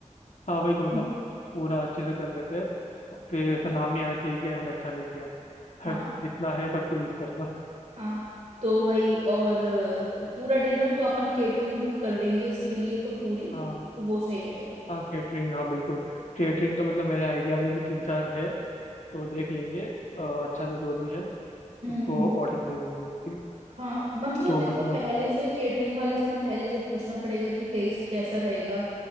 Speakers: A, on the left; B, on the right.
A: हाँ वही तो मतलब
B: <clears throat>
A: पूरा अच्छे से कर लेते हैं फिर ऐसा नाम नहीं आना चाहिए कि हमने अच्छा नहीं किया हर
B: हाँ
A: जितना है सब कुछ यूज़ कर लो
B: हाँ तो वही और अ, पूरा डिनर तो अपन केटरिंग बुक कर देंगे इसके लिए तो पूरी
A: हाँ
B: तो वो सही रहेगा
A: हाँ केटरिंग हाँ बिल्कुल केटरिंग तो मतलब मेरे आइडिया में भी तीन चार है तो देख लेंगे अ, अच्छा तो जो भी है
B: हम्म
A: उसको ऑर्डर दे देंगे फिर
B: हाँ मतलब
A: तो
B: देखो
A: मतलब
B: पहले से केटरिंग वाले से ना पहले से पूछना पड़ेगा कि टेस्ट कैसा रहेगा